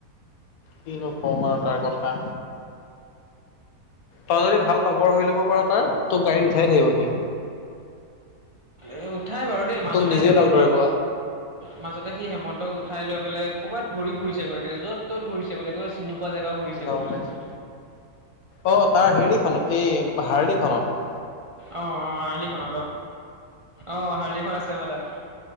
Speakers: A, on the left (about 70°); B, on the right (about 55°).
A: কিনো কম আৰু তাৰ কথা। তই যদি ভাল লগৰ হৈ ল'ব পাৰ তাৰ তোক গাড়ী উঠাই থাকিব সি।
B: এ উঠাই বাৰু দেই মাজতে
A: তোক নিজেই
B: হেমন্তক।
A: লগ ধৰিব
B: মাজতে সি হেমন্তক উঠাই লৈ পেলাই ক'বাত ঘূৰি ফুৰিছে গৈ য'ত ত'ত ঘূৰিছে বোলে কৈ- চিনি নোপোৱা জেগাও ঘূৰিচে
A: গম
B: গৈ বোলে।
A: পাইছো অ তাৰ হেৰিখনত এই হাৰলিখনত।
B: অঁ অঁ হাৰ্লি খনত অঁ হাৰ্লিখন আছে অঁ তাৰ।